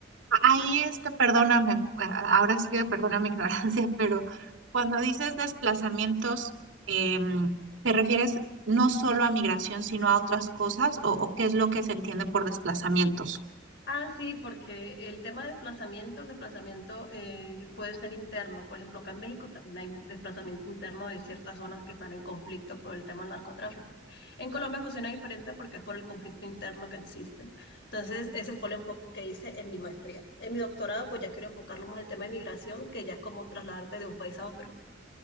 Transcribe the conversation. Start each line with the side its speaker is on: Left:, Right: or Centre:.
Right: Ahí este, perdóname, a- ahora sí que perdona mi <laughs> ignorancia, pero cuando dices desplazamientos, em, ¿te refieres no solo a migración, sino a otras cosas? ¿O, o qué es lo que se entiende por desplazamientos?
Left: Ah, sí, porque el tema de desplazamiento, el desplazamiento eh, puede ser interno. Por ejemplo, acá en México también hay desplazamiento interno de ciertas zonas que están en conflicto por el tema del narcotráfico. En Colombia funciona diferente porque es por el conflicto interno que existe. Entonces, ese fue el enfoque que hice en mi maestría. En mi doctorado, pues ya quiero enfocarlo más al tema de migración, que ya es como trasladarte de un país a otro.